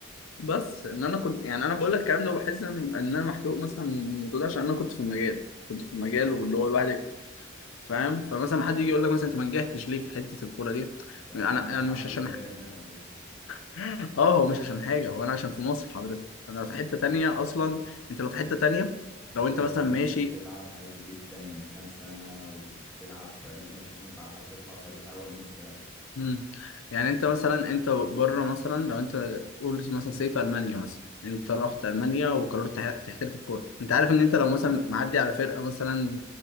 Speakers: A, on the left; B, in the centre.
A: بس ان انا كنت يعني انا بقول لك الكلام ده وبحس ان إن انا محروق مثلا من الموضوع ده عشان انا كنت في المجال كنت في المجال
B: بالظبط
A: واللي
B: كده
A: هو الواحد فاهم فمثلا حد يجي يقول لك مثلا انت ما نجحتش ليه في حته الكوره دي
B: ده
A: انا
B: يا عم الحمد
A: انا مش عشان
B: لله ان انا ما نجحتش
A: <laughs> اه هو مش عشان حاجه هو انا عشان في مصر حضرتك انا في حته تانية اصلا انت لو في حته تانية
B: انت
A: لو
B: كان
A: انت
B: زمانك
A: مثلا ماشي
B: بتلعب عادي جدا من كام سنه وبتلعب فريق ناشئين بعدها تطلع فريق اول مستريح
A: مم. يعني انت مثلا انت بره مثلا لو انت قول مثلا سيف المانيا مثلا انت
B: م.
A: رحت المانيا وقررت تح- تحترف الكوره انت عارف ان انت لو مثلا معدي على فرقه مثلا